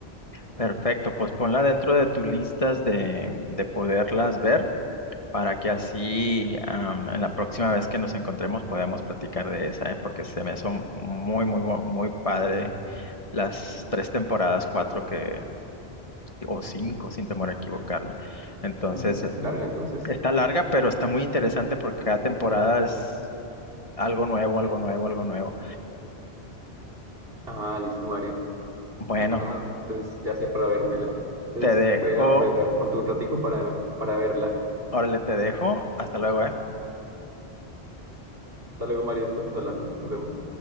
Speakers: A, on the left (about 30°); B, on the right (about 65°).
A: Perfecto, pues ponla dentro de tus listas de, de poderlas ver. para que así am, en la próxima vez que nos encontremos podamos platicar de esa, ¿eh? Porque se me hizo muy, muy, bu- muy padre las tres temporadas, cuatro que, o cinco, sin temor a equivocarme. Entonces,
B: Uf, es
A: eh,
B: larga entonces.
A: está larga, pero está muy interesante porque cada temporada es algo nuevo, algo nuevo, algo nuevo.
B: Ah, listo, Mario.
A: Bueno,
B: Ah, entonces ya sé para vérmela. Entonces
A: te dejo,
B: voy a aprovechar pronto un ratico para, para verla.
A: órale, te dejo. Hasta luego, ¿eh?
B: Hasta luego, Mario. Estamos hablando. Nos vemos.